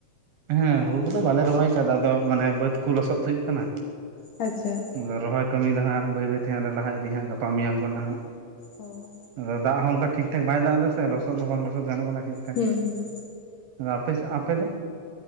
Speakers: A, on the right; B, on the left.
A: ᱦᱮᱸ ᱦᱳᱲᱳ ᱠᱚᱫᱚ ᱵᱟᱞᱮ ᱨᱚᱦᱚᱭ ᱠᱟᱫᱟ ᱟᱫᱚ ᱢᱟᱱᱮ ᱵᱟᱹᱛ ᱠᱚ ᱞᱚᱥᱚᱫ ᱦᱩᱭᱩᱜ ᱠᱟᱱᱟ
B: ᱟᱪᱪᱷᱟ
A: ᱟᱫᱚ ᱨᱚᱦᱚᱭ ᱠᱟᱹᱢᱤ ᱫᱚ ᱦᱟᱜ ᱵᱟᱹᱭ ᱵᱟᱹᱭ ᱛᱮ ᱦᱟᱜ ᱞᱮ ᱞᱟᱦᱟ ᱤᱫᱤ ᱦᱟᱜ ᱜᱟᱯᱟ ᱢᱮᱭᱟᱝ ᱠᱷᱚᱱ ᱦᱟᱜ
B: ᱚ
A: ᱟᱫᱚ ᱫᱟᱜ ᱦᱚᱸ ᱚᱱᱠᱟ ᱴᱷᱤᱠ ᱴᱷᱟᱠ ᱵᱟᱭ ᱫᱟᱜ ᱫᱟᱥᱮ ᱞᱚᱥᱚᱫ ᱦᱚᱸ ᱵᱟᱝ ᱞᱚᱥᱚᱫ ᱜᱟᱱᱚᱜ ᱠᱟᱱᱟ ᱴᱷᱤᱠ ᱴᱷᱟᱠ
B: ᱦᱩᱸ ᱦᱩᱸ
A: ᱟᱫᱚ ᱟᱯᱮ ᱥᱮᱜ ᱟᱯᱮ ᱫᱚ